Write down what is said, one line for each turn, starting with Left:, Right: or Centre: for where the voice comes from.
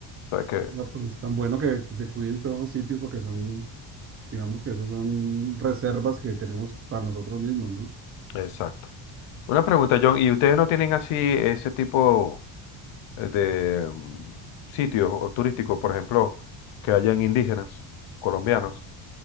Left: ¿Sabes qué?
Right: No, pues es tan bueno que, que se cuiden todos los sitios porque son, digamos que esos son reservas que tenemos para nosotros mismos, ¿no?
Left: Exacto. Una pregunta, John, ¿y ustedes no tienen así ese tipo eh, de mm, sitios o turísticos, por ejemplo, que hayan indígenas, colombianos?